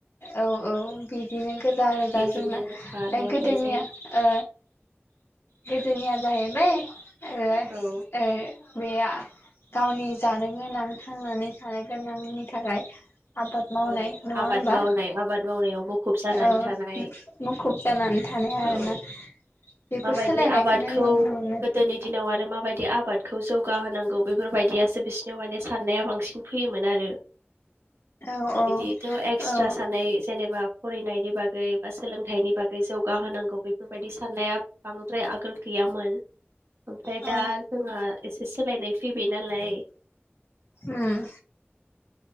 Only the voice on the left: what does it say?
औ औ बिदिनो गोजा आरोदा
जोंना ओमफ्राय
गोदोनिया
ओ गोदोनिया जाहैबाय। ए
ए बे आ गावनि जानो गोनां थांनानै थानो गोनांनि थाखाय आबाद मावनाय
नङा
होमबा
ओ
मुखुब जानानै थानाय आरोना
बेफोर
सोलायनायखौनो
नुनो मोनो
औ औ
औ
औ
उम